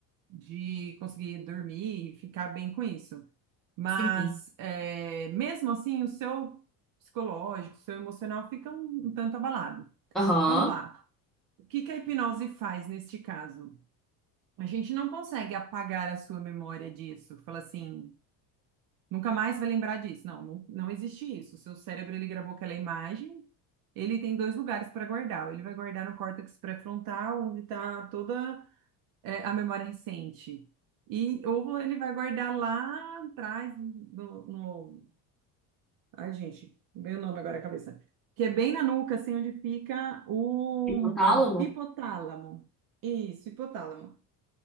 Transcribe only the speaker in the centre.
Sim.
Aham.
Hipotálamo?